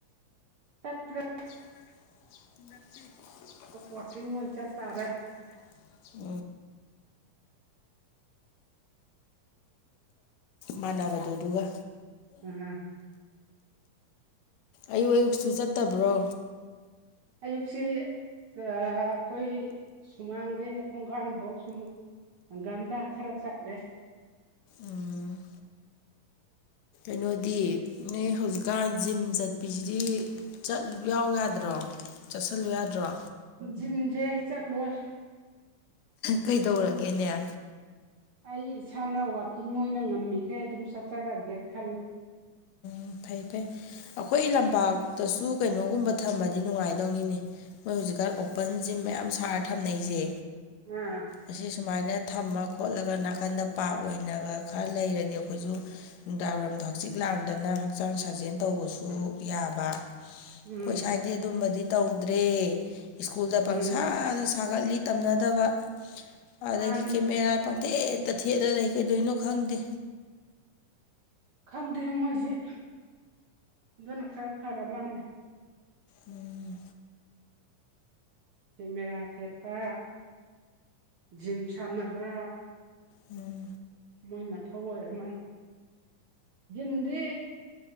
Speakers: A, on the right (about 60°); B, on the left (about 85°).
A: ꯇꯠꯇꯔꯦ
B: <unintelligible>
A: ꯋꯥꯛꯀꯤꯡ ꯑꯣꯏꯅ ꯆꯠ ꯇꯥꯔꯦ <inaudible> <unintelligible>
B: ꯃꯥꯟꯅꯕꯗꯣꯗꯨꯒ
A: ꯎꯝ
B: ꯑꯌꯨꯛ ꯑꯌꯨꯛꯁꯨ ꯆꯠꯇꯕ꯭ꯔꯣ
A: ꯑꯌꯨꯛꯁꯤ ꯑꯑ ꯑꯩꯈꯣꯏ ꯁꯨꯃꯥꯡꯗꯩꯅ ꯊꯣꯡꯒꯥꯟꯐꯧ ꯁꯨꯝ ꯍꯪꯒꯥꯝꯗ ꯈꯔ ꯆꯠꯂꯦ
B: ꯎꯝ ꯀꯩꯅꯣꯗꯤ ꯅꯣꯏ ꯍꯧꯖꯤꯛꯀꯥꯟ ꯖꯤꯝ ꯆꯠꯄꯤꯁꯤꯗꯤ ꯆꯠꯂꯨ ꯌꯥꯎ ꯌꯥꯗ꯭ꯔꯣ ꯆꯠꯁꯜꯂꯨ ꯌꯥꯗ꯭ꯔꯣ
A: ꯖꯤꯝꯁꯦ ꯑꯩ ꯆꯠꯂꯣꯏ
B: ꯀꯩꯗꯧꯔꯒꯦꯅꯦ
A: ꯑꯩ ꯏꯁꯥꯅ ꯋꯥꯛꯀꯤꯡ ꯑꯣꯏꯅ ꯉꯝꯃꯤꯈꯦ ꯑꯗꯨꯝ ꯆꯠꯆꯔꯒꯦ ꯈꯂꯦ
B: ꯎꯝ ꯐꯩ ꯐꯩ ꯑꯩꯈꯣꯏ ꯂꯝꯄꯥꯛꯇꯁꯨ ꯀꯩꯅꯣꯒꯨꯝꯕ ꯊꯝꯃꯗꯤ ꯅꯨꯡꯉꯥꯏꯗꯧꯅꯤꯅꯦ ꯃꯣꯏ ꯍꯧꯖꯤꯛꯀꯥꯟ ꯑꯣꯄꯟ ꯖꯤꯝ ꯃꯌꯥꯝ ꯁꯥꯔ ꯊꯝꯅꯩꯁꯦ
A: ꯑꯥ
B: ꯑꯁꯤ ꯁꯨꯃꯥꯏꯅ ꯊꯝꯃ ꯈꯣꯠꯂꯒ ꯅꯥꯀꯟꯗ ꯄꯥ꯭ꯔꯛ ꯑꯣꯏꯅꯒ ꯈꯔ ꯂꯩꯔꯗꯤ ꯑꯩꯈꯣꯏꯁꯨ ꯅꯨꯡꯗꯥꯡꯋꯥꯔꯝ ꯍꯛꯆꯤꯛ ꯂꯥꯡꯗꯅ ꯍꯛꯆꯥꯡ ꯁꯥꯖꯦꯟ ꯇꯧꯕꯁꯨ ꯌꯥꯕ ꯑꯩꯈꯣꯏ
A: ꯎꯝ
B: ꯁꯋꯥꯏꯗꯤ ꯑꯗꯨꯝꯕꯗꯤ ꯇꯧꯗ꯭ꯔꯦ ꯁ꯭ꯀꯨꯜꯗ
A: ꯎꯝ
B: ꯄꯪꯁꯥꯗ ꯁꯥꯒꯠꯂꯤ ꯇꯝꯅꯗꯕ ꯑꯗꯒꯤ
A: ꯃꯥꯅꯤ
B: ꯀꯦꯃꯦꯔꯥ ꯄꯪꯊꯦꯠꯇ ꯊꯦꯠꯂ ꯂꯩ ꯀꯩꯗꯣꯏꯅꯣ ꯈꯪꯗꯦ
A: ꯈꯪꯗꯦ ꯃꯣꯏꯁꯦ ꯑꯗꯨꯅ ꯈꯔ ꯐꯔ ꯃꯥꯥꯟꯅ
B: ꯎꯝ
A: ꯀꯦꯃꯦꯔꯥ ꯊꯦꯠꯄ ꯖꯤꯝ ꯁꯥꯟꯅꯕ
B: ꯎꯝꯝ
A: ꯃꯣꯏ ꯃꯊꯧ ꯑꯣꯏꯔ ꯃꯥꯅꯤ ꯤꯟꯗꯤ